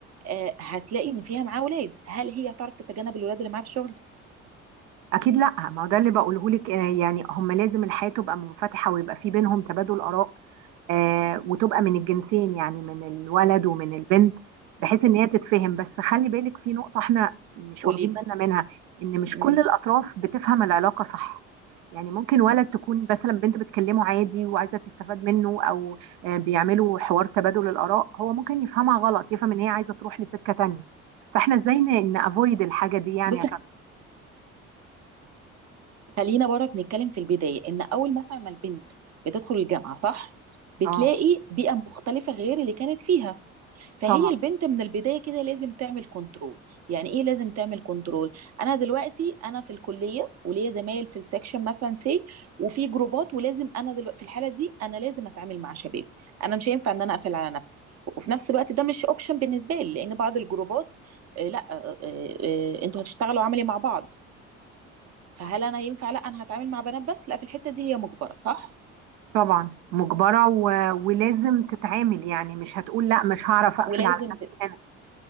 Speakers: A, on the right; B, on the right.
A: آه هتلاقي ان فيها معاه اولاد هل هي تعرف تتجنب الولاد اللي معاها في الشغل
B: اكيد لا ما هو ده اللي بقوله لك آه، يعني هم لازم الحياه تبقى منفتحه ويبقى في بينهم تبادل اراء آه، وتبقى من الجنسين يعني من الولد ومن البنت بحيث ان هي تتفهم بس خلي بالك في نقطة احنا مش
A: قولي
B: واخدين
A: لي
B: بالنا منها ان مش
A: مم.
B: كل الاطراف بتفهم العلاقة صح يعني ممكن ولد تكون مثلا بنت بتكلمه عادي وعايزة تستفاد منه او آه، بيعملوا حوار تبادل الاراء هو ممكن يفهمها غلط يفهم ان هي عايزة تروح لسكة تانية فاحنا ازاي نافويد الحاجة دي يعني
A: بصي
B: عشان
A: خلينا برك نتكلم في البدايه ان اول مثلا ما البنت بتدخل الجامعه صح بتلاقي
B: اه
A: بيئه مختلفه غير اللي كانت فيها فهي
B: طبعا
A: البنت من البداية كده لازم تعمل كنترول يعني ايه لازم تعمل كنترول انا دلوقتي انا في الكلية وليا زمايل في السكشن مثلا سي وفي جروبات ولازم انا دلوقتي في الحالة دي انا لازم اتعامل مع شباب انا مش هينفع ان انا اقفل على نفسي وفي نفس الوقت ده مش اوبشن بالنسبة لي لان بعض الجروبات آه، لا آه، آه، آه، انتوا هتشتغلوا عملي مع بعض فهل انا ينفع لا انا هتعامل مع بنات بس لا في الحتة دي هي مجبرة صح
B: طبعا مجبرة و... ولازم تتعامل يعني مش هتقول لا مش هعرف اقفل
A: ولازم
B: على نفسي هنا